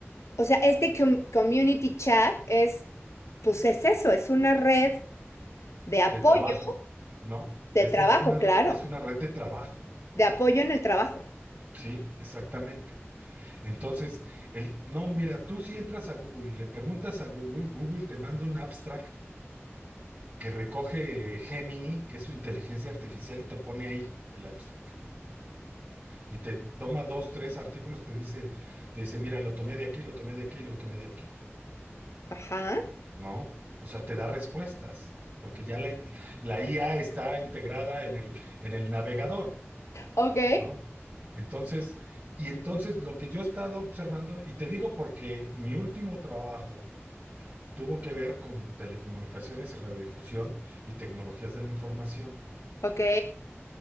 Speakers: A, on the left; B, on the right.
A: o sea, este com community chat es, pues es eso, es una red de apoyo,
B: de trabajo, ¿no?
A: de
B: Es,
A: trabajo,
B: de- es una,
A: claro,
B: es una red de trabajo.
A: de apoyo en el trabajo.
B: Sí, exactamente. Entonces, el, no, mira, tú si entras a Google, y le preguntas a Google, Google te manda un abstract que recoge Gemini, que es su inteligencia artificial, y te pone ahí el abstract. Y te toma dos, tres artículos, te dice, te dice, mira, lo tomé de aquí, lo tomé de aquí, lo tomé de aquí,
A: Ajá.
B: ¿no? O sea, te da respuestas, porque ya la, la IA está integrada en el, en el navegador.
A: Ok.
B: ¿no? Entonces, y entonces lo que yo he estado observando, y te digo porque mi último trabajo tuvo que ver con telecomunicaciones y radiodifusión y tecnologías de la información.
A: Ok.